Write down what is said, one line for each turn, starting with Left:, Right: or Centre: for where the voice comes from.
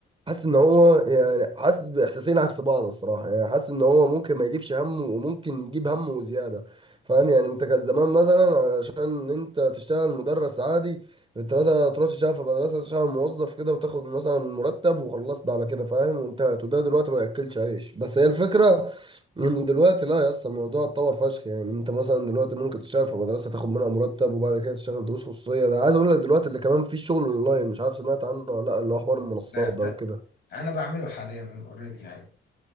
Right: حاسس ان هو يعني حاسس باحساسين عكس بعض الصراحه يعني حاسس ان هو ممكن ما يجيبش همه وممكن يجيب همه وزياده فاهم يعني انت كان زمان مثلا علشان انت تشتغل مدرس عادي انت مثلا تروح تشتغل في مدرسه تشتغل موظف كده وتاخد مثلا مرتب وخلصت على كده فاهم وانتهت وده دلوقتي ما ياكلش عيش بس هي الفكره ان دلوقتي لا يا اسطى الموضوع اتطور فشخ يعني انت مثلا دلوقتي ممكن تشتغل في مدرسه تاخد منها مرتب وبعد كده تشتغل دروس خصوصيه ده عايز اقول لك دلوقتي اللي كمان في شغل اونلاين مش عارف سمعت عنه ولا لا اللي هو حوار المنصات
Left: ده ده
Right: ده وكده
Left: انا بعمله حاليا اوريدي يعني